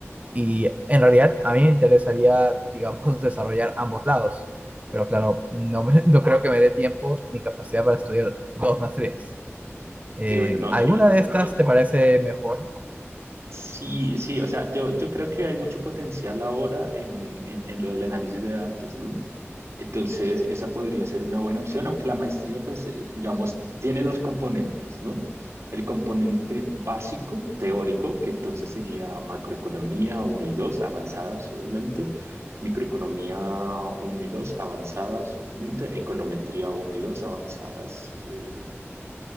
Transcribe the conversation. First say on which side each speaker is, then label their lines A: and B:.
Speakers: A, on the right; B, on the right.
A: Y en realidad a mí me interesaría, digamos, <laughs> desarrollar ambos lados. Pero claro, no, me- <laughs> no creo que me dé tiempo ni capacidad para estudiar dos maestrías. Eh,
B: Y bueno, no,
A: ¿alguna
B: sí, bastante
A: de estas
B: complejo.
A: te parece mejor?
B: Sí, sí, o sea, yo, yo creo que hay mucho potencial ahora en, en, en lo del análisis de datos, ¿no? Entonces, esa podría ser una buena opción, aunque la maestría, pues, eh, digamos, tiene dos componentes, ¿no? El componente básico, teórico, que entonces sería macroeconomía uno y 2 avanzadas, obviamente, microeconomía uno y 2 avanzadas, obviamente, econometría uno y 2 avanzadas, eh,